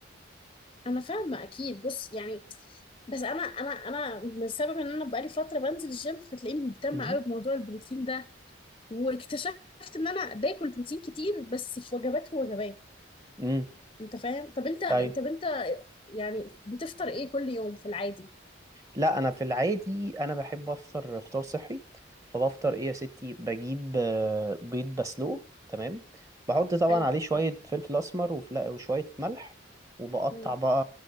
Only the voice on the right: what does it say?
امم
امم
ايوه
لا انا في العادي انا بحب افطر فطار صحي فبفطر ايه يا ستي بجيب آه، بيض بسلوه تمام بحط طبعا
عليه شوية فلفل اسمر وفلا- وشوية ملح وبقطع
بقى